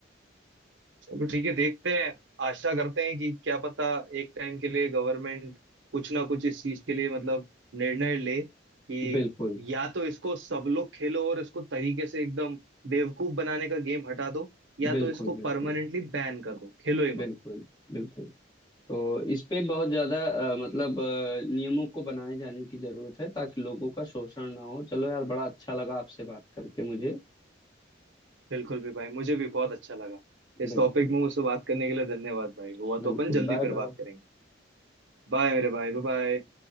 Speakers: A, on the right; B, on the left.
A: चलो ठीक है देखते हैं आशा करते हैं कि क्या पता एक टाइम के लिए गवर्नमेंट कुछ ना कुछ इस चीज के लिए मतलब निर्णय ले कि
B: बिल्कुल
A: या तो इसको सब लोग खेलो और इसको तरीके से एकदम बेवकूफ बनाने का गेम हटा दो या
B: बिल्कुल
A: तो इसको
B: बिल्कुल
A: परमानेंटली बैन कर दो खेलो ही
B: बिल्कुल
A: मत
B: बिल्कुल तो इस पे बहुत ज्यादा अ, मतलब अ, नियमों को बनाए जाने की जरूरत है ताकि लोगों का शोषण ना हो चलो यार बड़ा अच्छा लगा आपसे बात करके मुझे
A: बिल्कुल भी भाई मुझे भी बहुत अच्छा लगा
B: बिल्कुल
A: इस टॉपिक में मुझसे बात करने के लिए धन्यवाद भाई हुआ
B: बिल्कुल
A: तो अपन जल्दी
B: Bye
A: फिर
B: bye
A: बात करेंगे बाय मेरे भाई बाय बाय।